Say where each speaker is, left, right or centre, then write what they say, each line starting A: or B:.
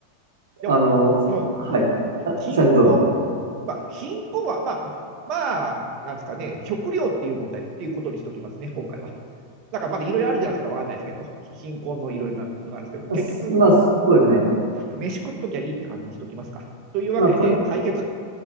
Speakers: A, on the right; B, on the right.
A: でも、
B: あの、
A: うん。
B: はい。あ、
A: 貧困、
B: すいません、どうぞ。
A: まあ、貧困は、まあ、まあ、なんですかね、食料っていう問題っていうことにしときますね、今回は。なんかまだいろいろあるじゃないですか、
B: うん
A: わかんないですけど、貧困のいろいろなのがあるんですけど、
B: あすまあ、
A: 結局、
B: そうですね。
A: 飯食っときゃいいって感じにしときますか。というわけで、
B: まあ、とり、
A: 解決、